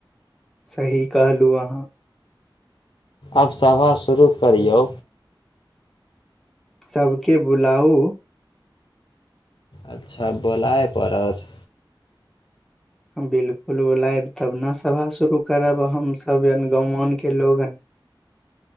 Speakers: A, in the centre; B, on the left.
A: सही कहलहुँ अहाँ
B: आब सभा शुरू करियौ
A: सबके बुलाउ
B: अच्छा बोलाए पड़त
A: बिलकुल बोलायब तब ने सभा शुरू करब हमसभ य गाँ आन के लोगन